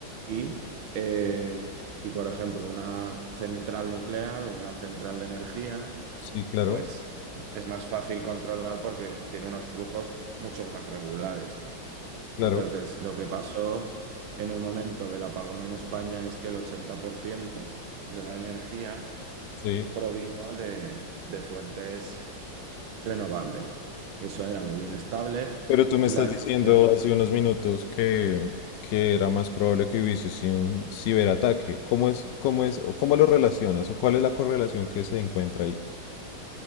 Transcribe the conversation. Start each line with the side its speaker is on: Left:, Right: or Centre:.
Right: Y, eh, y por ejemplo, una central nuclear o una central de energía
Left: Sí, claro,
Right: pues es más fácil controlar porque tiene unos flujos muchos más regulares.
Left: claro,
Right: Entonces, lo que pasó en el momento del apagón en España es que el 80% de la energía
Left: sí.
Right: provino de, de fuentes renovables. Eso era muy inestable.
Left: Pero tú
Right: Po-
Left: me
Right: La
Left: estás diciendo
Right: energía,
Left: hace unos minutos que, que era más probable que hubiese sido un ciberataque. ¿Cómo es, cómo es, o cómo lo relacionas o cuál es la correlación que se encuentra ahí?